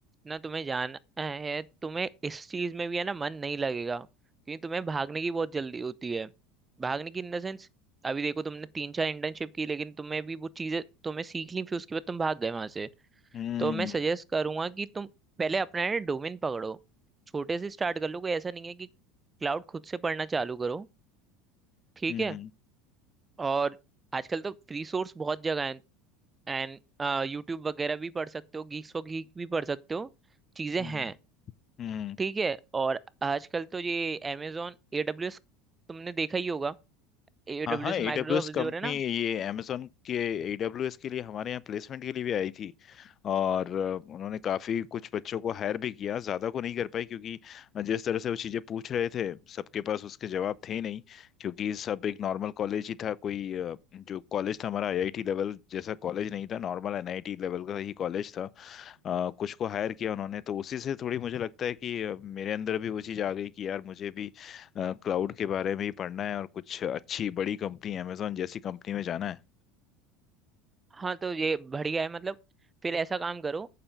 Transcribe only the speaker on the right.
ना तुम्हें जाना है तुम्हें इस चीज में भी है ना मन नहीं लगेगा क्योंकि तुम्हें भागने की बहुत जल्दी होती है भागने की इन द सेंस अभी देखो तुमने तीन चार इंटर्नशिप की लेकिन तुम्हें भी वो चीजें तुम्हें सीख ली फिर उसके बाद तुम भाग गए वहां से
तो मैं सजेस्ट करूंगा कि तुम पहले अपना है डोमेन पकड़ो छोटे से स्टार्ट कर लो कोई ऐसा नहीं है कि क्लाउड खुद से पढ़ना चालू करो ठीक
है
और आजकल तो फ्री सोर्स बहुत जगह है एंड यूट्यूब वगैरह भी पढ़ सकते हो गीक्स फॉर गीक भी पढ़ सकते हो चीजें
हैं
ठीक है और आजकल तो ये अमेजोन एडब्ल्यूएस तुमने देखा ही होगा एडब्ल्यूएस
माइक्रोसॉफ्ट अज़ूर
है ना
हाँ तो ये बढ़िया है मतलब फिर ऐसा काम करो